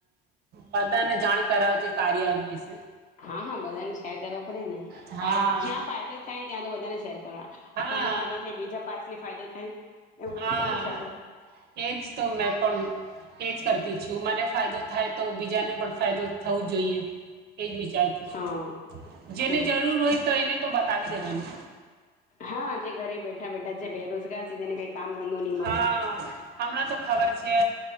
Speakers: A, on the right; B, on the left.
A: બધને જાણ કરાવજ કાર્ય વિશે.
B: હા હા બધા ને શેર કરો. કડેને
A: હા
B: જ્યાં ફાયદો. થાય ત્યાં તો વધારે શે પણ આપણને
A: હા
B: ફાયદો થાય બીજા પાસ ને ફાયદા થાય એવું
A: હા
B: તો કરવું છે આપડે
A: એજ તો મેં પણ એજ કરતી છું મને ફાયદો થાય તો બીજાને પણ ફાયદો થવું જોઈએ એ જ વિચારતી
B: હા
A: છું જેને
B: હ
A: જરૂર હોય તો એને તો બતાવી દેવાનુ
B: હા જે ઘરે બેઠા બેઠા જે બેરોજગાર છે જેને કઈ કામ ધંધો નહી મળે
A: હા હમણાં તો ખબર છે